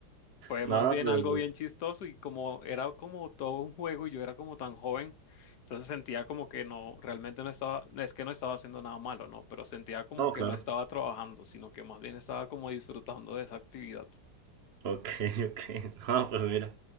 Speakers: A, on the left (about 65°); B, on the right (about 75°).
A: fue
B: Nada,
A: más bien
B: pero
A: algo
B: pues.
A: bien chistoso y como era como todo un juego y yo era como tan joven, entonces sentía como que no, realmente no estaba, no es que no estaba haciendo nada malo, no, pero sentía como
B: No,
A: que
B: claro.
A: no estaba trabajando, sino que más bien estaba como disfrutando de esa actividad.
B: Ok, <laughs> ok. No, pues mira.